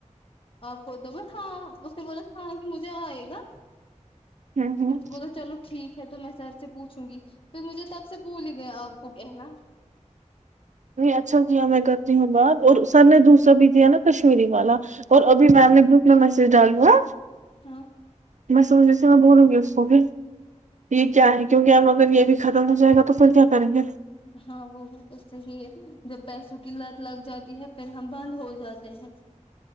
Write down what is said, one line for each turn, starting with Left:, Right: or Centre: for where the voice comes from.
Left: آپ کو ہاں اس نے بولا ہاں کہ مجھے آئے گا
Right: ہوں ہوں
Left: میرے تو بولا چلو ٹھیک ہے تو میں سر سے پوچھوں گی پھر مجھے تب سے بھول ہی گیا آپ کو کہنا
Right: اچھا کیا میں کرتی ہوں بات اور سر نے دوسرا بھی دیا نا کشمیری والا اور ابھی میم نے گروپ میں میسج ڈال دیا
Left: ہاں
Right: میں سمجھی سے میں بولوں گی اس کو بھی یے کیا ہے کیونکی ہم اگر یے بھی ختم ہو جائے گا تو پھر کیا کریں گے
Left: ہاں وہ بات تو صحیح ہے جب پیسوں کی لت لگ جاتی ہے پھر ہم بند ہو جاتے ہیں